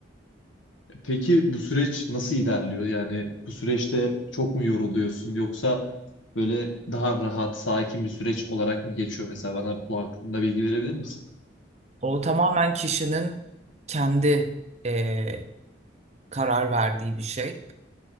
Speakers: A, on the left (about 85°); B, on the right (about 35°).
A: E Peki bu süreç nasıl ilerliyor? Yani bu süreçte çok mu yoruluyorsun yoksa böyle daha rahat, sakin bir süreç olarak mı geçiyor mesela? Bana bu hakkında bilgi verebilir misin?
B: O tamamen kişinin kendi eee, karar verdiği bir şey.